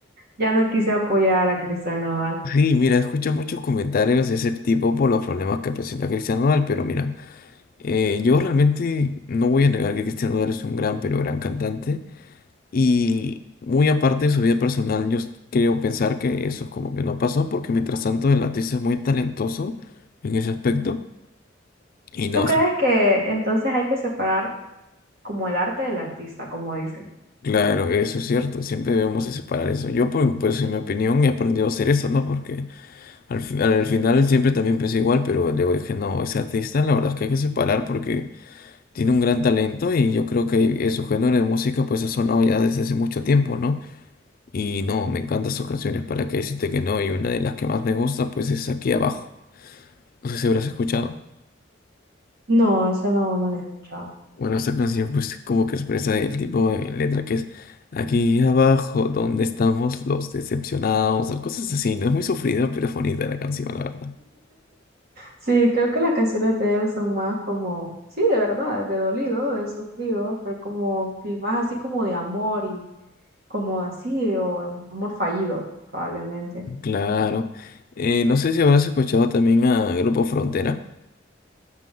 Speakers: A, on the right; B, on the left.
A: Ya no quise apoyar a Cristian Nodal.
B: Sí, mira, escucho muchos comentarios de ese tipo por los problemas que presenta Cristian Nodal, pero mira, eh, yo realmente no voy a negar que Cristian Nodal es un gran, pero gran cantante, y muy aparte de su vida personal, yo s- creo pensar que eso es como que no pasó, porque mientras tanto el artista es muy talentoso en ese aspecto, y no,
A: ¿Tú crees
B: s-
A: que entonces hay que separar como el arte del artista, como dicen?
B: claro, eso es cierto, siempre debemos de separar eso. Yo, por- pues, en mi opinión, he aprendido a hacer eso, ¿no? Porque al, fi- al final siempre también pensé igual, pero luego dije, no, ese artista la verdad es que hay que separar porque... tiene un gran talento y yo creo que eh, su género de música pues ha sonado ya desde hace mucho tiempo, ¿no? Y no, me encantan sus canciones, ¿para qué decirte que no? Y una de las que más me gusta pues es Aquí Abajo. No sé si habrás escuchado.
A: No, eso no, no lo he escuchado.
B: Bueno, esta canción pues como que expresa el tipo de letra que es Aquí abajo, donde estamos los decepcionados, o cosas así, ¿no? Es muy sufrido, pero es bonita la canción, la verdad.
A: Sí, creo que las canciones de él son más como, sí, de verdad, de dolido, de sufrido, pero como que más así como de amor y como así, o amor fallido, probablemente.
B: Claro. Eh, no sé si habrás escuchado también a Grupo Frontera.